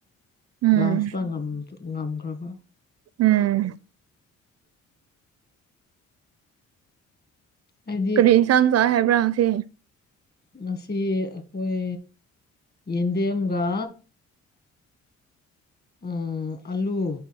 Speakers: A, on the right; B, on the left.
A: ꯎꯝ
B: ꯂꯥꯁꯇ ꯉꯝ ꯉꯝꯈ꯭ꯔꯕ
A: ꯎꯝ
B: ꯑꯩꯗꯤ
A: ꯀꯔꯤ ꯏꯟꯁꯥꯡ ꯆꯥꯏ ꯍꯥꯏꯕ꯭ꯔꯥ ꯉꯁꯤ
B: ꯉꯁꯤ ꯑꯩꯈꯣꯏ ꯌꯦꯟꯗꯦꯝꯒ ꯑꯥ ꯑꯂꯨ